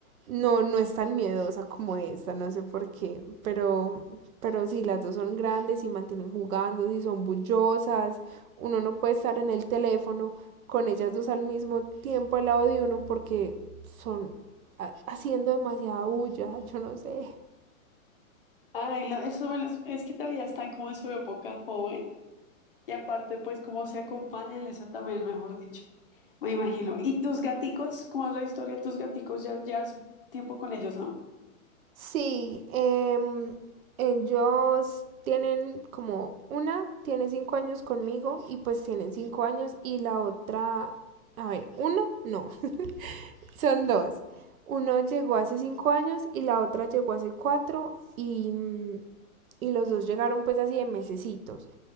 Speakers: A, on the right; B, on the left.
A: no, no es tan miedosa como esta, no sé por qué. Pero, pero sí, las dos son grandes y mantienen jugando, y son bullosas. Uno no puede estar en el teléfono con ellas dos al mismo tiempo al lado de uno porque son haciendo demasiada bulla, <laughs> yo no sé.
B: Ay, no, eso, bueno, es es que todavía están como en su época joven. Y aparte, pues, cómo se acompañan, eso también, mejor dicho. Me imagino. ¿Y tus gaticos? ¿Cómo es la historia de tus gaticos? Ya llevas tiempo con ellos, ¿no?
A: Sí, eh, ellos tienen como una tiene cinco años conmigo y pues tienen cinco años y la otra, a ver, uno, no, <laughs> son dos. Uno llegó hace cinco años y la otra llegó hace cuatro y, y los dos llegaron pues así de mesecitos.